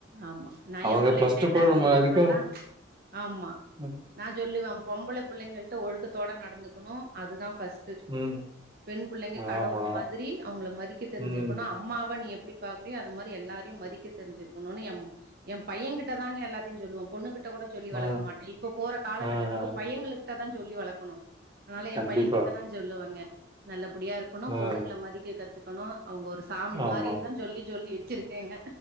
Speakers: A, on the right (about 50°); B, on the right (about 25°).
A: ஆமா நா
B: அவங்க
A: எ புள்ளைகிட்ட
B: பிளஸ்
A: என்ன
B: ப
A: சொல்லி
B: வரைக்கும்
A: வெப்பன்னா ஆமா
B: ம்.
A: நா சொல்லுவே பொம்பள புள்ளைங்கள்ட ஒழுக்கத்தோட நடந்துக்குனு அதுதா ஃபஸ்ட்டு
B: ம்.
A: பெண் புள்ளைங்க கடவுள்
B: ஆமா.
A: மாதிரி அவுங்கள மதிக்க தெருஞ்சுருக்கனு
B: ம்.
A: அம்மாவ நீ எப்டி பாக்றியோ அது மாரி எல்லாரையு மதிக்க தெரிஞ்சிருகணுன் என் என் பையன்கிட்ட தாங்க எல்லாத்தையு சொல்லுவ பொண்ணு கிட்ட கூட சொல்லி வளக்க
B: அ,
A: மாட்ட இப்போ காலகட்டத்துக்கு
B: அ, அ.
A: பையங்களுகிட்டதா சொல்லி வளக்கணு ஆனால என்
B: கண்டிப்பா.
A: பையங் கிட்டதா சொல்லுவங்க நல்லபடியாருக் க்கணு
B: அ.
A: பொண்ணுங்ள மதிக்க கத்துக்கணு அவுங்க ஒரு சாமி
B: ஆமா.
A: மாரின்தா சொல்லி சொல்லி வச்சிருக்கங்க